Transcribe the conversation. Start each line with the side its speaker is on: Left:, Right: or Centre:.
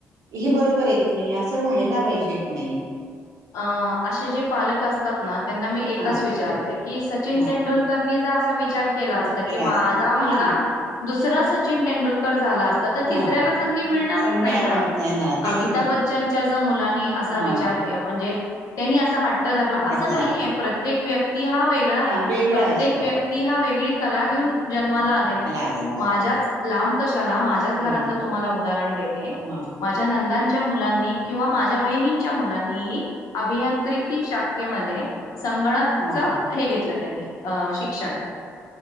Right: हे बरोबर आहे की नाही असं व्हाला पाहिजे की नाही
Left: अ असे जे पालक असतात ना त्यांना मी एकच
Right: हा
Left: विचारते की सचिन
Right: म
Left: तेंडुलकरनी ज असा विचार चार के
Right: मी
Left: अस
Right: केला
Left: क
Right: अस
Left: माझा
Right: हा
Left: मुलगा दुस सचिन तेंडुलकर झाला अस
Right: हा
Left: तिसऱ्याला संधी मिळणारच
Right: सण
Left: नाही
Right: मिळालाच
Left: ना
Right: नाही तेच
Left: अमिताभ
Right: ना
Left: बच्चनच्या ज मुलानी असा
Right: मग
Left: विचार म्हणजे त्यांनी असं ह धरला
Right: अटक
Left: असं
Right: झाला
Left: नाहीय प्रत्येक व्यक्ती हा वेगळा आहे
Right: वेगळा
Left: प्रत्येक
Right: असतो
Left: व्यक्ती हा वेगळी कला घेऊन जन्माला आलेला आहे
Right: आलेला असतो
Left: माझ्याच लांब कशाला माझ्याच घरातलं
Right: मग
Left: तुम्हाला उदाहरण देते
Right: मग
Left: माझ्या नंद मुलांनी किंवा माझ्या बहिच्या मुलांनी अभियांत्रिकी शाखेमध्ये संगणकच
Right: हा हा
Left: हे घेतलं त्यांनी अ शिक्षण